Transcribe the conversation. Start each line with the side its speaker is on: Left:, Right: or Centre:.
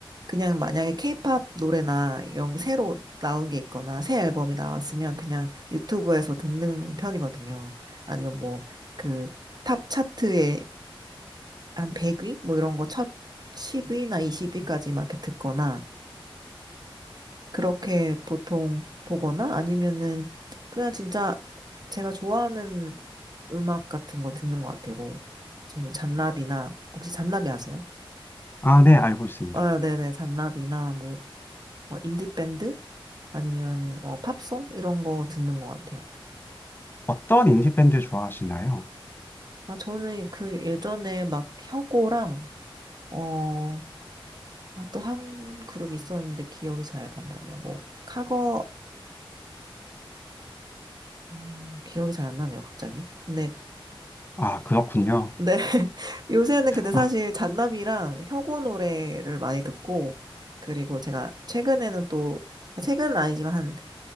Right: 그냥 만약에 케이팝 노래나 이런 게 새로 나온 게 있거나 새 앨범이 나왔으면 그냥 유튜브에서 듣는 편이거든요. 아니면 뭐 그 탑 차트에 한 100위? 뭐 이런 거 첫 10위나 20위까지 막 이렇게 듣거나 그렇게 보통 보거나 아니면은 그냥 진짜 제가 좋아하는 음악 같은 거 듣는 것 같아요. 뭐 저는 잔나비나 혹시 잔나비 아세요?
Left: 아, 네, 알고 있습니다.
Right: 아, 네네 잔나비나 뭐 어, 인디밴드 아니면 어, 팝송 이런 거 듣는 것 같아요.
Left: 어떤 인디밴드 좋아하시나요?
Right: 아 저는 그 예전에 막 혁오랑 어, 아, 또 한 그룹 있었는데 기억이 잘 안 나네요. 뭐 카거 음, 기억이 잘 안 나네요, 갑자기. 근데
Left: 아, 그렇군요.
Right: 네. <laughs> 요새는 근데 사실
Left: 아,
Right: 잔나비랑 혁오 노래를 많이 듣고 그리고 제가 최근에는 또 최근은 아니지만 한